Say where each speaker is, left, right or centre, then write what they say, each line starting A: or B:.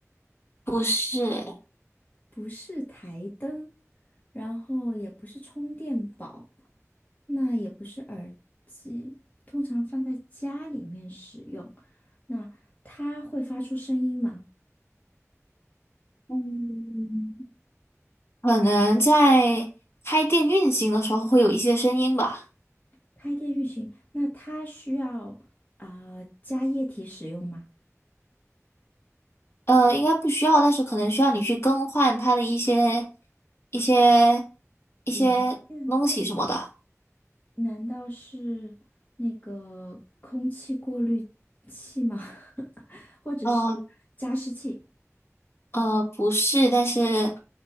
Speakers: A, on the left (about 50°); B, on the left (about 30°).
A: 不是，
B: 不是台灯，然后也不是充电宝，那也不是耳机，通常放在家里面使用。那它会发出声音吗？
A: 嗯。可能在开店运行的时候会有一些声音吧，
B: 开店运行，那它需要啊、呃加液体使用吗？
A: 呃，应该不需要，但是可能需要你去更换它的一些一些一些东西什么的，
B: 零件难道是那个空气过滤器吗？<laughs> 或者是加湿器？
A: 呃呃，不是，但是